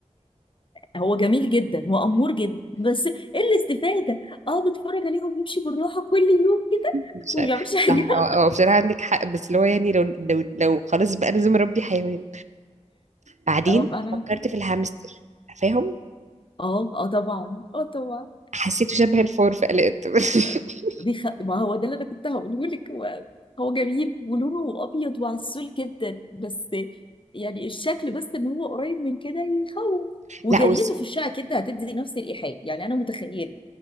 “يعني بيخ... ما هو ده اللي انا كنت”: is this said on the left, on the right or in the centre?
Left